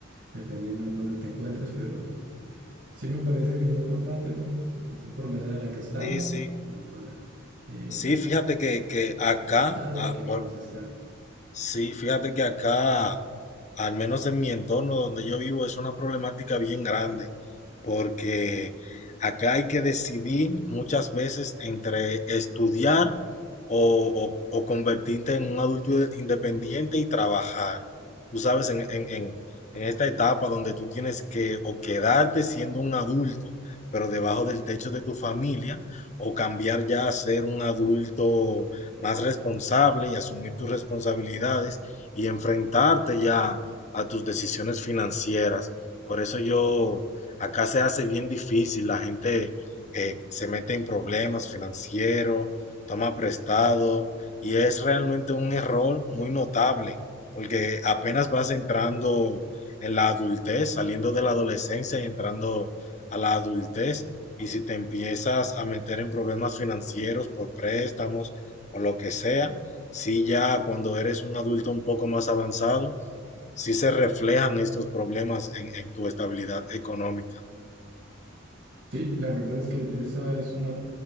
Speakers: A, on the right (about 60°); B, on the left (about 35°).
A: dependiendo en dónde te encuentres, pero... Sí me parece bien importante, ¿no? Justo por la edad en la que estamos
B: Sí, sí.
A: y para el
B: Sí, fíjate que, que acá,
A: estado
B: a-
A: al que vamos
B: por-
A: a estar.
B: Sí, fíjate que acá, al menos en mi entorno donde yo vivo, es una problemática bien grande, porque acá hay que decidir muchas veces entre estudiar o, o- o convertirte en un adulto inde- independiente y trabajar. Tú sabes, en, en- en- en esta etapa donde tú tienes que o quedarte siendo un adulto, pero debajo del techo de tu familia, o cambiar ya a ser un adulto más responsable y asumir tus responsabilidades y enfrentarte ya a tus decisiones financieras. Por eso yo, acá se hace bien difícil, la gente eh, se mete en problemas financieros, toma prestado y es realmente un error muy notable porque apenas vas entrando en la adultez, saliendo de la adolescencia y entrando a la adultez. Y si te empiezas a meter en problemas financieros por préstamos, o lo que sea, sí ya cuando eres un adulto un poco más avanzado, sí se reflejan estos problemas en, en tu estabilidad económica.
A: Sí, la verdad es que esa es una